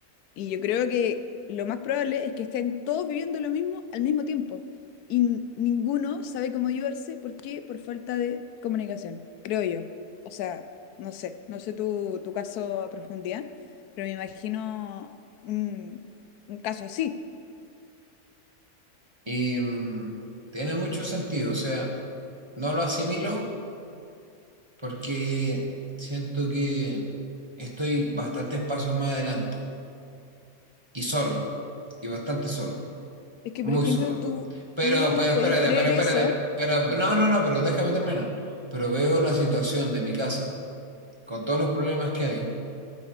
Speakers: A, on the left (about 80°); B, on the right (about 20°).
A: Y yo creo que lo más probable es que estén todos viviendo lo mismo al mismo tiempo. Y n- ninguno sabe cómo ayudarse. ¿Por qué? Por falta de comunicación, creo yo. O sea, no sé, no sé tu, tu caso a profundidad, pero me imagino un, un caso así.
B: Y mm, tiene mucho sentido. O sea, No lo asimilo porque siento que estoy bastantes pasos más adelante y solo, y bastante solo,
A: Es que,
B: muy
A: por ejemplo,
B: solo.
A: tú,
B: Pero,
A: tú
B: pero
A: podéis
B: espérate,
A: creer
B: pero espérate,
A: eso.
B: pero no, no, no, pero déjame terminar. Pero veo la situación de mi casa con todos los problemas que hay